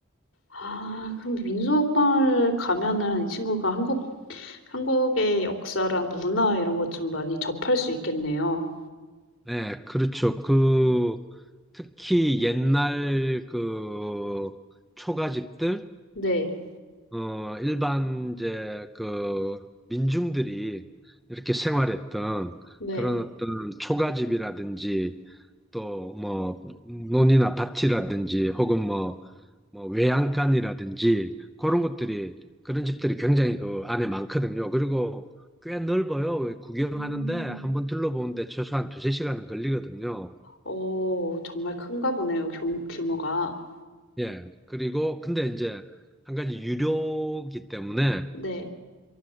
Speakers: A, on the left; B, in the centre.
A: 아, 그럼 민속마을 가면은 이 친구가 한국, 한국의 역사랑 문화 이런 것 좀 많이 접할 수 있겠네요.
B: 네, 그렇죠. 그, 특히 옛날 그 초가집들,
A: 네,
B: 어, 일반 이제 그 민중들이 이렇게 생활했던
A: 네.
B: 그런 어떤 초가집이라든지 또 뭐 논이나 밭이라든지 혹은 뭐 뭐 외양간이라든지 그런 것들이 그런 집들이 굉장히 그 안에 많거든요. 그리고 꽤 넓어요. 구경하는데
A: 음,
B: 한번 둘러보는데 최소한 두세 시간은 걸리거든요.
A: 어, 정말 큰가 보네요, 규, 규모가.
B: 예. 그리고 근데 이제 한 가지 유료기 때문에
A: 네,